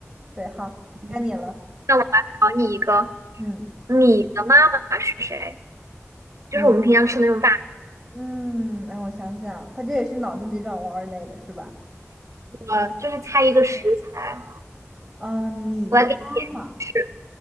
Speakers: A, in the centre; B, on the right (about 70°).
A: 对，好，
B: 嗯，
A: 该你了，
B: 那我来考你一个，
A: 嗯，
B: 你的妈妈是谁？就是我们平常吃的那种大
A: 你，嗯，让我想想，它这也是脑筋急转弯儿类的是吧？嗯
B: 菜，就是猜一个食材。
A: 啊，米的妈妈，
B: 我来给你点提示，